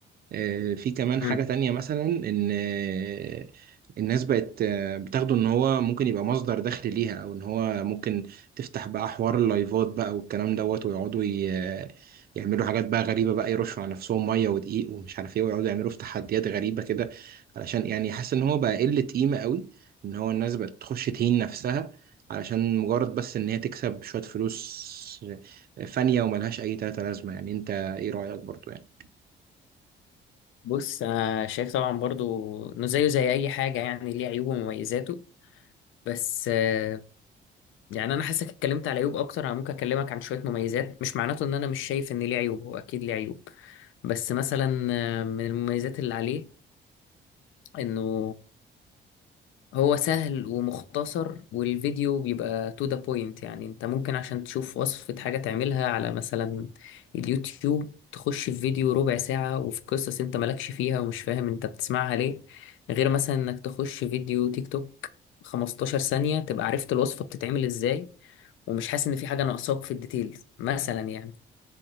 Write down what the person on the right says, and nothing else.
آه، في كمان
حاجة تانية مثلا إن آه، الناس بقت آه، بتاخده إن هو ممكن يبقى مصدر دخل ليها أو إن هو ممكن تفتح بقى حوار اللايفات بقى والكلام دوت ويقعدوا ي- آه، يعملوا حاجات بقى غريبة بقى يرشوا على نفسهم مية ودقيق ومش عارف إيه ويقعدوا يعملوا في تحديات غريبة كده علشان يعني حاسس إن هو بقى قلة قيمة قوي إن هو الناس بقت تخش تهين نفسها علشان مجرد بس إن هي تكسب شوية فلوس آه، فانية وملهاش أي تلاتة لازمة يعني أنت إيه رأيك برضو يعني؟